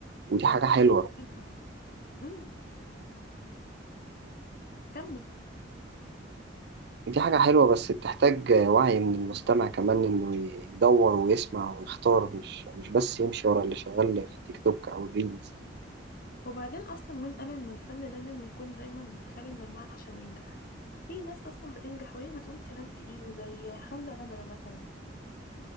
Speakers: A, on the right; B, on the left.
A: ودي
B: والله
A: حاجة حلوة
B: دي حاجة حلوة امم كمل
A: دي حاجة حلوة بس بتحتاج وعي من المستمع كمان إنه يدور ويسمع ويختار مش مش بس يمشي ورا اللي شغال في التيك توك أو الريلز
B: وبعدين اصلا مين قال ان الفن لازم يكون دايما خالي من المعنى عشان ينجح في ناس اصلا بتنجح وهي بتقول كلام تقيل زي حمزة نمرة مثلا